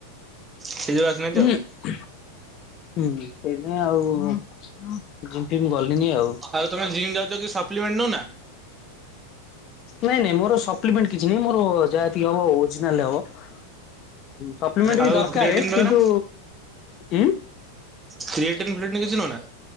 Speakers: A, on the right (about 15°); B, on the left (about 35°).
A: ସେଇ ଯୋଉ ଆସିନାହାନ୍ତି
B: ଉଁ ହୁଁ-ହୁଁ
A: ଆଉ।
B: ସେଇଥିପାଇଁ ଆଉ ଯିମ ଫିମ ଗଲିନି ଆଉ।
A: ଆଉ ତମେ ଯିମ ଯାଉଛ କି ସପ୍ଲିମେଣ୍ଟ ନଉ ନା?
B: ନାଇଁ-ନାଇଁ ମୋର ସପ୍ଲିମେଣ୍ଟ କିଛି ନାହିଁ ମୋର ଯାହା ଯେତିକି ହବ ଓରିଜିନାଲରେ ହବ। ସପ୍ଲିମେଣ୍ଟ
A: ଆଉ
B: ବି ଦରକାର
A: କ୍ରିଏଟିନ୍ ବଗେରା
B: କିନ୍ତୁ ଉଁ।
A: କ୍ରିଏଟିନ୍ ଫ୍ରିଏଟିନ୍ କିଛି ନଉନା?